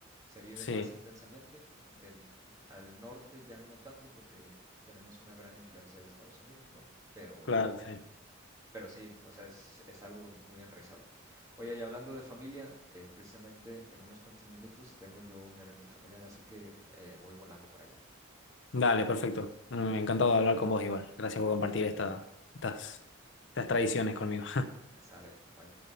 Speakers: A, on the right; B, on the left.
A: se vive
B: sí,
A: más intensamente, del, al norte ya no tanto porque tenemos una gran influencia de Estados Unidos, ¿no? Pero
B: claro, sí.
A: pero sí, o sea, es, es algo muy enraizado. Oye, y hablando de familia, eh, precisamente en unos cuantos minutos tengo yo un evento familiar, así que eh, voy volando para allá.
B: Dale, perfecto. Mm, encantado de hablar con vos igual. Gracias por compartir esta, estas, estas tradiciones conmigo.
A: Sale, bye.